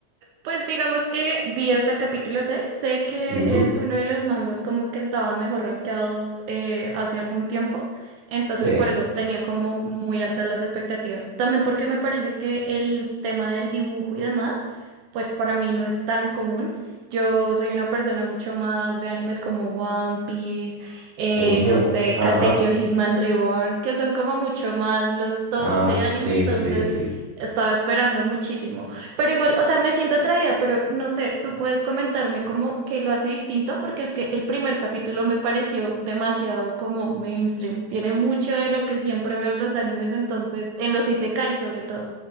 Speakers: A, on the right; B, on the right.
A: Pues digamos que vi hasta el capítulo 6. sé que
B: Ujú,
A: es uno de los manguas como que estaban mejor rankeados eh, hace algún tiempo, entonces
B: Sí.
A: por eso tenía como muy altas las expectativas. También porque me parece que el tema del dibujo y demás, pues para mí no es tan común. Yo soy una persona mucho más de animes como One Piece, eh,
B: ujú,
A: no sé,
B: Ajá.
A: Katekyo Hitman Reborn, que son como mucho más los tops
B: Ah,
A: de
B: sí,
A: anime, entonces
B: sí, sí.
A: estaba esperando muchísimo. Pero igual, o sea, me siento atraída, pero no sé, tú puedes comentarme como que lo hace distinto, porque es que el primer capítulo me pareció demasiado como mainstream. Tiene mucho de lo que siempre veo en los animes, entonces, en los isekai sobre todo.